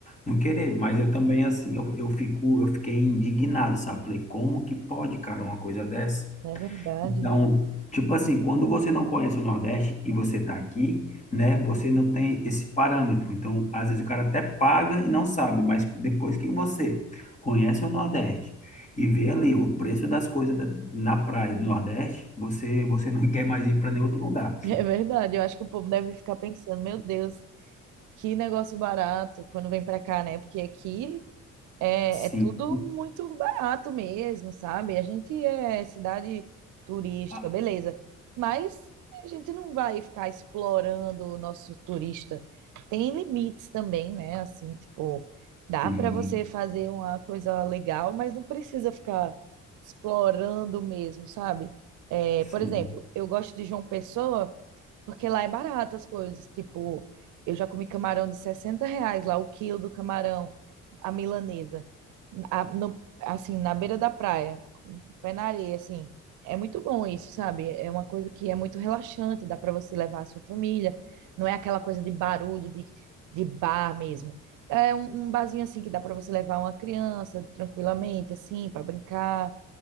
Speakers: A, on the left; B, on the right.
A: não querer. Mas eu também, assim, eu, eu fico, eu fiquei indignado, sabe? Falei, como que pode, cara, uma coisa dessa?
B: É verdade.
A: Então,
B: <laughs>
A: tipo assim, quando você não conhece o Nordeste e você está aqui, né, você não tem esse parâmetro. Então, às vezes o cara até paga e não sabe, mas depois que você conhece o Nordeste e vê ali o preço das coisas da- na praia do Nordeste, você você não <laughs> quer mais ir para nenhum outro lugar.
B: É verdade. Eu acho que o povo deve ficar pensando, meu Deus, que negócio barato quando vem pra cá, né? Porque aqui É,
A: Sim.
B: é tudo muito barato mesmo, sabe? A gente é cidade turística,
A: Ah,
B: beleza. Mas a gente não vai ficar explorando o nosso turista. Tem limites também, né? Assim, tipo, dá
A: Sim,
B: para você fazer uma coisa legal, mas não precisa ficar explorando mesmo, sabe? É,
A: sim,
B: por exemplo, eu gosto de João Pessoa porque lá é barato as coisas. Tipo, eu já comi camarão de 60 reais lá, o quilo do camarão, a milanesa. A- no- assim, na beira da praia, com o pé na areia, assim. É muito bom isso, sabe? É uma coisa que é muito relaxante, dá para você levar a sua família. Não é aquela coisa de barulho, de, de bar mesmo. É um, um barzinho assim que dá para você levar uma criança tranquilamente, assim, para brincar.